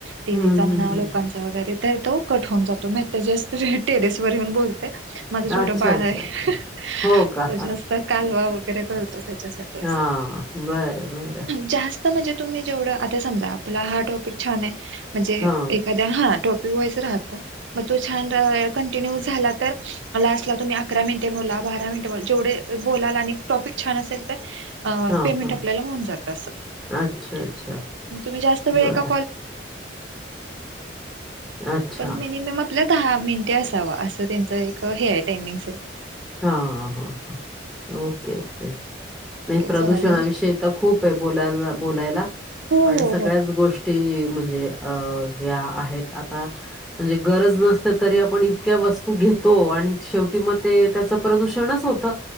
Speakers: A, on the right; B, in the centre.
A: टीव्हीचा
B: हम्म
A: म्हणा
B: हम्म हम्म
A: लोकांचा रे तर तो कठ होन जातो मस् टेरेस वर येऊन बोलते माझं छोटं
B: अच्छा
A: बाळ
B: अच्छा
A: आहे
B: हो का
A: तो जास्त कालवा वगैरे करतो त्याच्यासाठी असं
B: हा बरं बरं
A: जास्त म्हणजे तुम्ही जेवढं आता समजा आपुला हा टॉपिक छान आहे म्हणजे
B: हां,
A: हा टॉपिक वाज राह मग तो छान कंटिन्यू झाला तर ला असला तुम्ही अकरा मिनिटे बला बारा मिनिटे जेवढे बोलाल आणि टॉपिक छान असेल तर पमें
B: हां, हां.
A: आपल्या हो जातम्त
B: अच्छा, अच्छा. बरं.
A: वे ए क
B: हं. अच्छा.
A: ब आपल्या दहा मिनिटे असावा असं त्यांचं एक हे आहे टाइमिंगस
B: हा हा हा ओके ओके नाही
A: ओके
B: प्रदूषणाविषयी
A: चालेल
B: तर खूप आहे बोलायला बोलायला
A: हो
B: आणि
A: हो
B: सगळ्याच
A: हो
B: गोष्टी म्हणजे आहेत आता म्हणजे गरज नसत तरी आपण इतक्या वस्तू घेतो आणि शेवटी मग ते त्याच प्रदूषणच होत